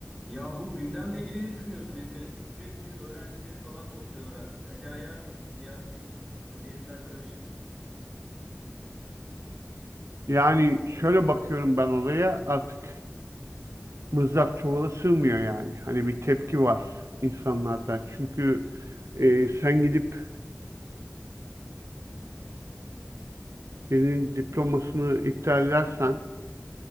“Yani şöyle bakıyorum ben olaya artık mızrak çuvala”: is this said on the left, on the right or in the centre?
Right